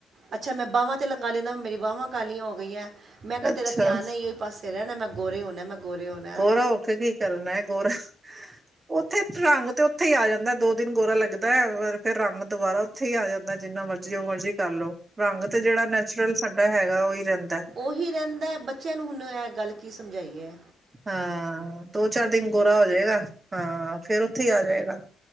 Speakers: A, on the right (about 60°); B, on the right (about 30°).
A: ਅੱਛਾ ਮੈਂ ਬਾਵਾਂ ਤੇ ਲਗਾ ਲੈਨਾ ਮੇਰੀ ਬਾਵਾਂ ਕਾਲੀਆਂ ਹੋ ਗਈਆਂ ਮੈਂ ਕਿਹਾ
B: ਅੱਛਾ
A: ਤੇਰਾ ਧਿਆਨ ਨਾ ਇਹ ਹੀ ਪਾਸੇ ਰਹਿਣਾ ਮੈਂ ਗੋਰੇ ਹੋਣਾ ਮੈਂ ਗੋਰੇ ਹੋਣਾ
B: ਕਿਆ ਔਖਾ ਹੈ ਜੀ ਕਰਨਾ ਹੈ ਗੋਰਾ ਉੱਥੇ ਰੰਗ ਤੇ ਉੱਥੇ ਹੀ ਆ ਜਾਂਦਾ ਦੋ ਦਿਨ ਗੋਰਾ ਲੱਗਦਾ ਹੈ ਫਿਰ ਰੰਗ ਦੁਬਾਰਾ ਇੱਥੇ ਹੀ ਆ ਜਾਂਦਾ ਜਿੰਨਾ ਮਰਜੀ ਉਹ ਮਰਜ਼ੀ ਕਰਲੋ ਰੰਗ ਤੇ ਜਿਹੜਾ ਨੈਚੁਰਲ ਸਾਡਾ ਹੈਗਾ ਉਹ ਹੀ ਰਹਿੰਦਾ
A: ਉਹੀ ਰਹਿੰਦਾ ਹੈ ਬੱਚਿਆਂ ਨੂੰ ਹੁਣ ਇਹ ਗੱਲ ਕੀ ਸਮਝਾਈਏ
B: ਹਾਂ ਦੋ ਚਾਰ ਦਿਨ ਗੋਰਾ ਹੋ ਜਾਏਗਾ ਹਾਂ ਫੇਰ ਉੱਥੇ ਹੀ ਆ ਜਾਏਗਾ